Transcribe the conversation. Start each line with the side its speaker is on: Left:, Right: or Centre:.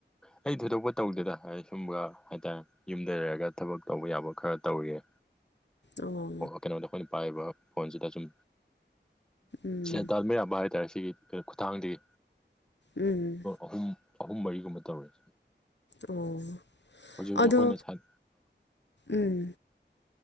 Centre: ꯑꯩ ꯊꯣꯏꯗꯣꯛꯄ ꯇꯧꯗꯦꯗ ꯁꯨꯝꯒ ꯍꯥꯏꯇꯥꯔꯦꯅꯦ ꯌꯨꯝꯗ ꯂꯩꯔꯒ ꯊꯕꯛ ꯇꯧꯕ ꯌꯥꯕ ꯈꯔ ꯇꯧꯔꯤꯌꯦ
Left: ꯑꯣ
Centre: ꯀꯩꯅꯣꯗ ꯑꯩꯈꯣꯏꯅ ꯄꯥꯏꯕ ꯐꯣꯟꯁꯤꯗ ꯁꯨꯝ
Left: ꯎꯝ
Centre: ꯁꯦꯟꯇꯥꯜ ꯃꯌꯥꯝꯕ ꯍꯥꯏꯇꯥꯔꯦ ꯁꯤꯒꯤ ꯀꯩꯅꯣ ꯈꯨꯊꯥꯡꯗꯒꯤ
Left: ꯎꯝ
Centre: ꯑꯍꯨꯝ ꯑꯍꯨꯝ ꯃꯔꯤꯒꯨꯝꯕ ꯇꯧꯔꯦ
Left: ꯑꯣ
Centre: ꯍꯧꯖꯤꯛ ꯍꯧꯖꯤꯛ
Left: ꯑꯗꯣ
Centre: ꯑꯩꯈꯣꯏꯅ
Left: ꯎꯝ